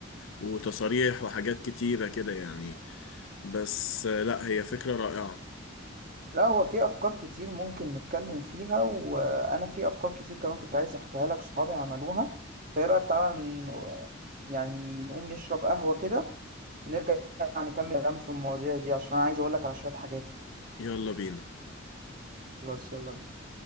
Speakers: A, on the left (about 75°); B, on the right (about 45°).
A: وتصاريح وحاجات كتيرة كده يعني بس آه، لا هي فكرة رائعة
B: لا هو في افكار كتير ممكن نتكلم فيها وانا في افكار كتير كمان كنت عايز احكيها لك صحابي عملوها فايه رايك تعالى ن- يعني نقوم نشرب قهوة كده ونرجع نكمل كلام في المواضيع دي عشان انا عايز اقول لك على شوية حاجات
A: يلا بينا
B: خلاص يلا بينا